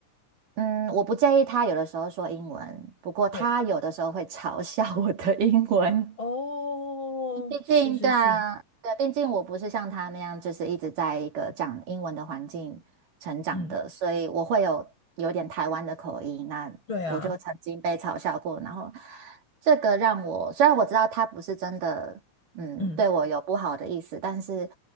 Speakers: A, on the right; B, on the left.
A: 嗯，我不介意她有的时候说英文，不过她有的时候会嘲笑我的英文。
B: 对，哦，
A: 毕竟，
B: 是是是，
A: 对啊，对，毕竟我不是像他那样，就是一直在一个讲英文的环境成长的，
B: 嗯，
A: 所以我会有有点台湾的口音。那我就曾经被嘲笑过，
B: 对啊，
A: 然后这个让我，虽然我知道他不是真的，嗯，
B: 嗯
A: 对我有不好的意思，但是